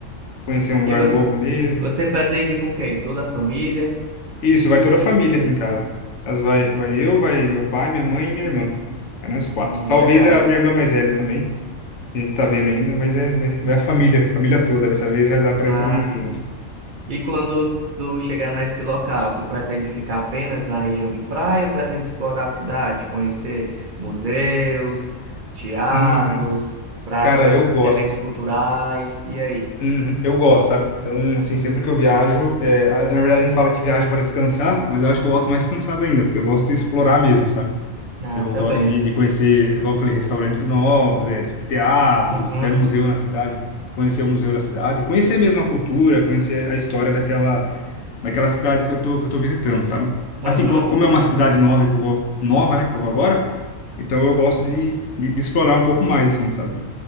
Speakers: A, on the left; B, on the right.
A: Conhecer um lugar
B: E você,
A: novo mesmo.
B: você pretende ir com quem? Toda a família?
A: Isso, vai toda a família aqui em casa. As vai, vai eu, vai meu pai, minha mãe e minha irmã. Vai nós quatro.
B: Hum,
A: Talvez
B: legal.
A: a minha irmã mais velha também. A gente tá vendo ainda, mas é, vai, vai a família, família toda. Dessa vez vai dar para
B: Ah,
A: ir todo mundo junto.
B: E quando tu chegar nesse local, tu pretende ficar apenas na região de praia ou pretende explorar a cidade, conhecer museus, teatros,
A: Uhum.
B: praças,
A: Cara, eu gosto.
B: eventos culturais, e aí?
A: Uhum, eu gosto, sabe? Então, assim, sempre que eu viajo, é, a- na verdade a gente fala que viaja para descansar, mas eu acho que eu volto mais cansado ainda, porque eu gosto de explorar mesmo, sabe?
B: Ah,
A: Então eu
B: também.
A: gosto de, de conhecer, igual eu falei, restaurantes novos, é, tipo teatro,
B: Uhum,
A: se tiver museu na cidade, conhecer o museu da cidade, conhecer mesmo a mesma cultura, conhecer a história daquela, daquela cidade que eu tô, que eu tô visitando, sabe?
B: uhum.
A: Assim, co- como é uma cidade nova que eu vou, nova, né, que eu vou agora, então eu gosto de, de, de explorar um pouco mais, assim, sabe?